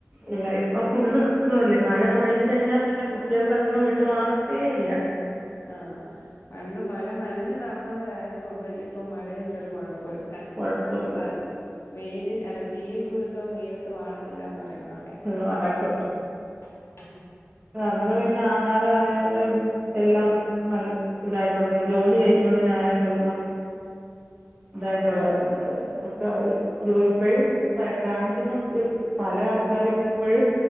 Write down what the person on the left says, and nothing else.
ആ പണ്ട് മഴ നനഞ്ഞു നടന്നവരായിരുന്നോണ്ട് ഇപ്പൊ മഴയതൊരു കുഴപ്പോ ഇല്ല.
അതെ വെയിലിൽ അല്ല തീയിൽ കുരുത്തവൻ വെയിലത്ത് വാടത്തില്ല എന്ന് പറയുന്ന പോലെ.
<inaudible>
അതെ അതെ